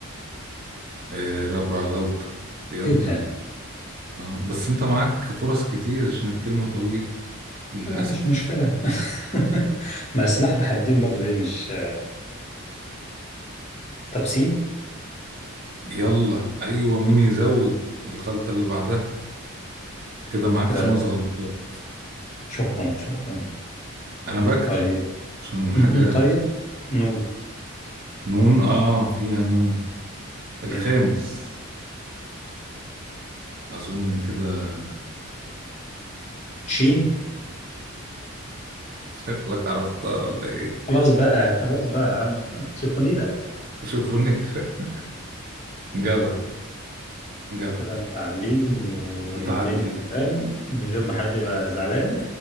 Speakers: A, on the right; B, on the left.
A: آه رابع غلطة يلا
B: ايه ده
A: آه بس أنت معاك فرص كتير عشان الكلمة طويلة للأسف
B: آه، مش مشكلة <laughs> ما سلاح بحدين برضو دي مش طب سين
A: يلا ايوه مين يزود الغلطة اللي بعدها كده معاك
B: كده
A: خمس غلطات
B: شكرا شكرا
A: انا بكتب
B: طيب
A: عشان الحاجة
B: نون طيب نون
A: نون اه فيها نون الخامس
B: فين
A: اظن كده
B: شين
A: شكلك عرفتها ولا ايه
B: خلاص بقى خلاص بقى يا عم شيفونيرة
A: شوفوني <laughs> جدع جدع
B: كده متعادلين والدنيا
A: متعادلين
B: تمام من غير ما حد يبقى زعلان